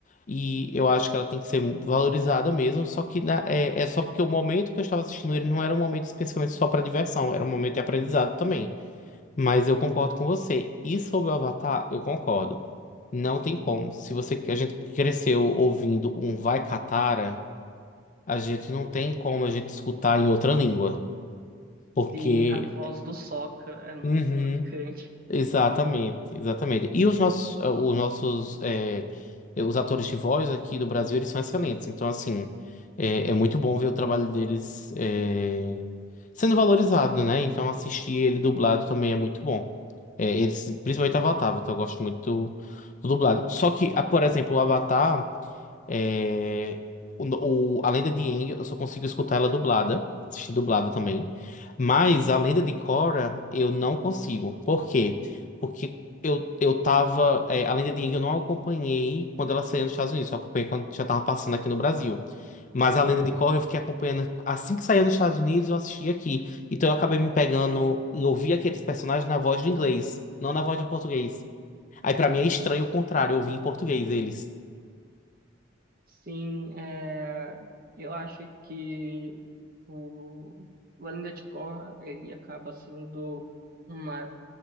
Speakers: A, on the left; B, on the right.
A: E eu acho que ela tem que ser valorizada mesmo, só que na- é, é só porque o momento que eu estava assistindo ele não era um momento especificamente só para diversão, era um momento de aprendizado também. Mas eu concordo com você. E sobre o Avatar, eu concordo. Não tem como. Se você, a gente cresceu ouvindo um Vai Catara, a gente não tem como a gente escutar em outra língua. Porque.
B: Sim, a voz do Sokka é muito
A: Uhum.
B: marcante.
A: Exatamente, exatamente. E os nossos, eh, os nossos, é, os atores de voz aqui do Brasil, eles são excelentes. Então, assim, é, é muito bom ver o trabalho deles, é, sendo valorizado, né? Então, assistir ele dublado também é muito bom. É, eles, principalmente Avatar, Avatar, eu gosto muito do, do dublado. Só que, ah, por exemplo, o Avatar. É, o, o- a Lenda de Aang, eu só consigo escutar ela dublada, assistir dublada também. Mas a Lenda de Korra, eu não consigo. Por quê? Porque eu, eu tava. é, a Lenda de Aang eu não acompanhei quando ela saiu nos Estados Unidos, só acompanhei quando já tava passando aqui no Brasil. Mas a
B: Uhum.
A: Lenda de Korra eu fiquei acompanhando assim que saiu nos Estados Unidos, eu assisti aqui. Então eu acabei me pegando em ouvir aqueles personagens na voz do inglês, não na voz do português. Aí pra mim é estranho o contrário, eu ouvi em português eles.
B: Sim, é, eu acho que o, o Além Corra, ele acaba sendo uma